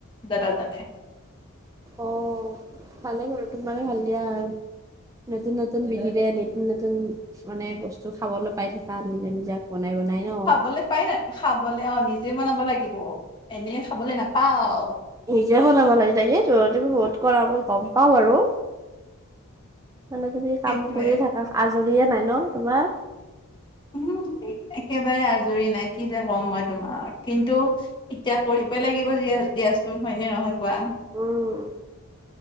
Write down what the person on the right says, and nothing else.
অ, ভালে বাৰু তোমাৰে ভাল দিয়া আৰু। নতুন নতুন বিধিৰে নতুন নতুন মানে বস্তু খাবলৈ পাই থাকা নিজৰ নিজা। বনাই বনাই ন।
নিজে বনাব লাগে তাকেই তো তুমি বহুত কৰা মই গম পাও আৰু। মানে তুমি কাম
কৰিয়ে থাকা আজৰিয়ে নাই ন তোমাৰ।
উম,